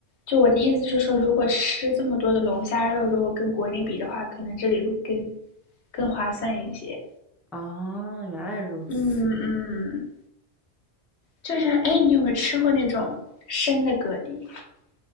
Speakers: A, on the left; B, in the centre.
A: 就我的意思是说，如果吃这么多的龙虾肉，如果跟国内比的话，可能这里会更更划算一些。
B: 哦，原来如此。
A: 嗯嗯，就是哎，你有没有吃过那种生的蛤蜊？